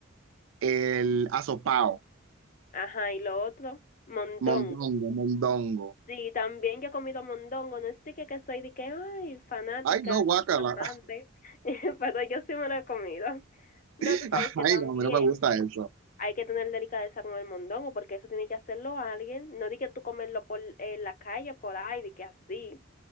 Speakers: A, on the right; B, on the left.
A: el asopao,
B: Ajá, y lo otro, mondongo.
A: mondongo, mondongo.
B: Sí, también yo he comido mondongo, no es de que, que soy de que, ay, fanática,
A: Ay, no, guácala.
B: amante, <laughs> pero yo sí me lo he comido. No,
A: <laughs>
B: tú sabes que también
A: Ay, no, a mí no me gusta eso.
B: hay que tener delicadeza con el mondongo, porque eso tiene que hacerlo alguien, no di que tú comerlo por en la calle, por ahí, de que así.